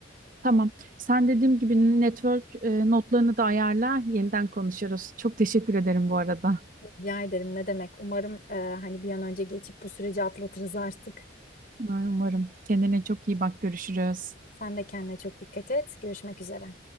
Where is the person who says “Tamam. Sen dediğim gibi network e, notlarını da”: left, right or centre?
Right